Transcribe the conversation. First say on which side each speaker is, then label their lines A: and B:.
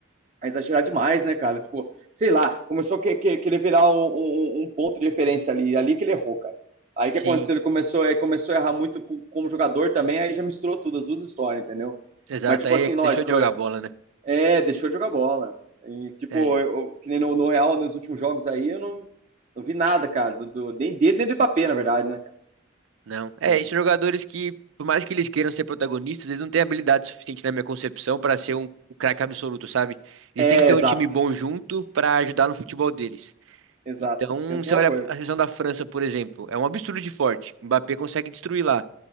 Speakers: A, on the right; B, on the right.
A: a exagerar demais, né, cara? Tipo, sei lá, começou a que, que, querer virar um, um- um um ponto de referência ali, ali que ele errou, cara. Aí o
B: Sim.
A: que aconteceu? Ele começou, ele começou a errar muito co- como jogador também, aí já misturou tudo, as duas histórias, entendeu?
B: Exato,
A: Mas, tipo
B: aí
A: assim, lógico,
B: deixou de jogar
A: é,
B: bola, né?
A: é, deixou de jogar bola. E, tipo,
B: É,
A: eu, eu- que nem no, no Real, nos últimos jogos aí, eu não, não vi nada, cara, do, do- nem dele, nem do Mbappé, na verdade, né, cara?
B: não. É,
A: Entende?
B: esses jogadores que, por mais que eles queiram ser protagonistas, eles não têm habilidade suficiente, na minha concepção, para ser um, um craque absoluto, sabe? Eles
A: É,
B: têm que ter
A: exato,
B: um time bom junto para ajudar no futebol deles.
A: exato.
B: Então,
A: Eu penso
B: você
A: a mesma
B: olha
A: coisa.
B: a seleção da França, por exemplo, é um absurdo de forte. Mbappé consegue destruir lá.